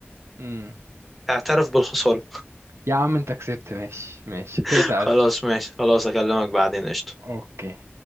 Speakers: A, on the right; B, in the centre.
A: امم
B: اعترف بالخسارة
A: يا عم انت كسبت ماشي ماشي
B: <laughs>
A: كده تعادل
B: خلاص ماشي خلاص أكلمك بعدين قشطة
A: اوكي